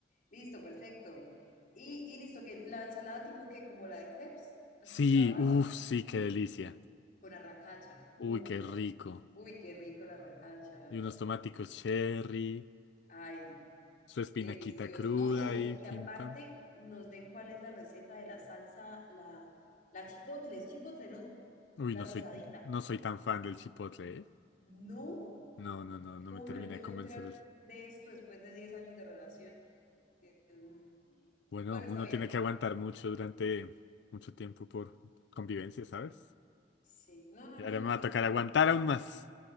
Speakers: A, on the left; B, on the left.
A: Listo, perfecto. Y, y listo, que la ensalada tipo qué, como la de crepes, así
B: Sí,
A: la barra.
B: uff, sí, qué delicia.
A: Con arracacha. Uh,
B: Uy, qué rico.
A: uy, qué rico la arracacha.
B: Y unos tomáticos cherry,
A: Ay,
B: su espinaquita
A: delicioso.
B: cruda
A: No, y de-
B: y
A: que
B: pim
A: aparte
B: pam.
A: nos den cuál es la receta de la salsa, la, la chipotle, es chipotle, ¿no?
B: Uy,
A: La
B: no
A: rosadita.
B: soy, no soy tan fan del chipotle, ¿eh?
A: No,
B: No, no, no,
A: ¿y
B: no
A: cómo
B: me termina
A: me vengo
B: de
A: yo
B: convencer
A: a enterar
B: eso.
A: de esto después de 10 años de relación? Dios mío.
B: Bueno,
A: Bueno, está
B: uno
A: bien.
B: tiene que aguantar mucho durante mucho tiempo por convivencia, ¿sabes?
A: Sí, no, no,
B: Y
A: no,
B: ahora
A: no,
B: me va a
A: está
B: tocar
A: bien.
B: aguantar aún más.